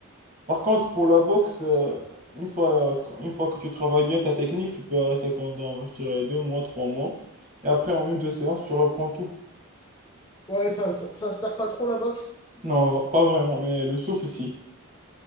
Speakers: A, on the right; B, on the left.
A: Par contre, pour la boxe, euh, une fois, une fois que tu travailles bien ta technique, tu peux arrêter pendant, je dirais, deux mois, trois mois. Et après, en une, deux séances, tu reprends tout.
B: Ouais, ça, ça, ça se perd pas trop, la boxe?
A: Non, va- pas vraiment, mais le souffle, si.